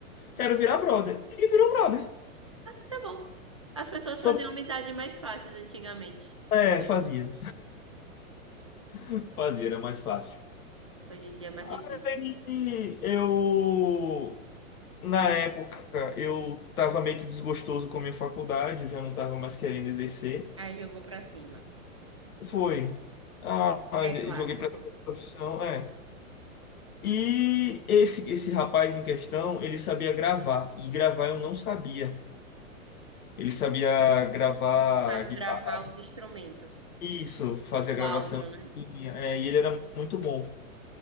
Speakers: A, on the left; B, on the right.
A: quero virar brother". Ele virou brother.
B: Tá bom. As pessoas
A: Só
B: faziam amizade mais fáceis antigamente.
A: é, fazia. <laughs> Fazia, era mais fácil.
B: Hoje em dia é mais
A: Aí
B: difícil.
A: eu na época eu tava meio que desgostoso com a minha faculdade, eu já não tava mais querendo exercer.
B: Aí jogou pra cima.
A: Foi. Ah, mas
B: É
A: eu
B: clássico.
A: joguei pra essa profissão, é. E esse, esse rapaz em questão, ele sabia gravar. E gravar eu não sabia. Ele sabia gravar
B: No caso,
A: guitarra,
B: gravar os instrumentos.
A: isso, fazer a gravação.
B: O áudio, né?
A: é, e ele era muito bom.